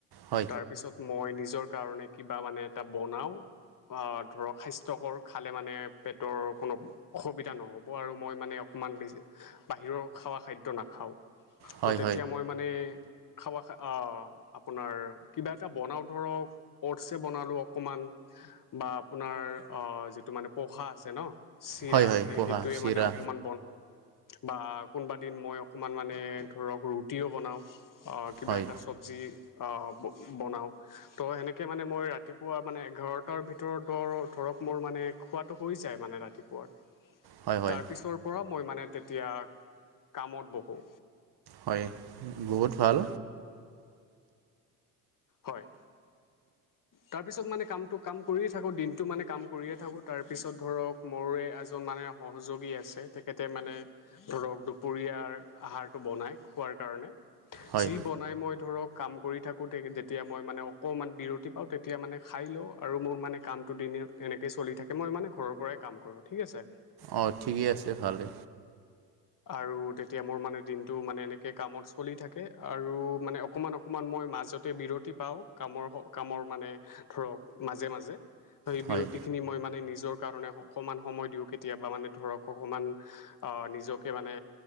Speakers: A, on the right (about 55°); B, on the left (about 45°).
A: হয় হয়
B: তাৰপিছত মই নিজৰ কাৰণে কিবা মানে এটা বনাও। অ' ধৰক স্বাস্থ্যকৰ খালে মানে পেটৰ কোনো অসুবিধা নহ'ব আৰু মই মানে ইমান বেছি বাহিৰৰ খোৱা খাদ্য নাখাওঁ,
A: হয়
B: তো তেতিয়া
A: হয়
B: মই মানে খাৱা খা অ', আপোনাৰ কিবা এটা বনাওঁ ধৰক ওটচে বনালোঁ অকণমান। বা আপোনাৰ অ' যিটো মানে পোহা আছে ন' চিৰা
A: হয় হয়
B: আছে,
A: পোহা
B: সেইটোৱে
A: চিৰা
B: মানে অকমান বা কোনবাদিন মই অকমান মানে ধৰক, ৰুটিও বনাও। কিবা
A: হয়
B: এটা চবজি অ, ব বনাওঁ। তো এনেকে মানে মই ৰাতিপুৱা মানে এঘাৰটাৰ ভিতৰতৰ ধৰক মোৰ মানে খোৱাটো হৈ যায় মানে ৰাতিপুৱা
A: হয় হয়
B: তাৰ পিছৰ পৰা মই মানে তেতিয়া কামত বহোঁ।
A: হয়, বহুত ভাল।
B: হয়। তাৰপিছত মানে কামটো, কাম কৰিয়ে থাকোঁ দিনটো মানে কাম কৰিয়ে থাকোঁ, তাৰপিছত ধৰক মোৰে এজন মানে সহযোগী আছে, তেখেতে মানে ধৰক দুপৰীয়াৰ আহাৰটো বনাই খোৱাৰ কাৰণে।
A: হয়
B: যি বনাই মই ধৰক কাম কৰি থাকোতেই কেতিয়াবা তেতিয়া মই মানে অকণমান বিৰতি পাওঁ, তেতিয়া মানে খাই লওঁ আৰু মোৰ মানে কামটো দিনত এনেকৈ চলি থাকে মই মানে ঘৰৰ পৰাই কাম কৰোঁ, ঠিক আছে?
A: অ, ঠিকেই আছে ভালে
B: আৰু তেতিয়া মোৰ মানে দিনটো মানে এনেকে কামত চলি থাকে আৰু মানে অকমান অকমান মই মাজতে বিৰত পাওঁ, কামৰ মানে ধৰক, মাজে মাজে সেই
A: হয়
B: বিৰতিখিনি মই মানে নিজ মোৰ কাম অকণমান সময় দিওঁ কেতিয়াবা মানে অকণমান নিজকে মানে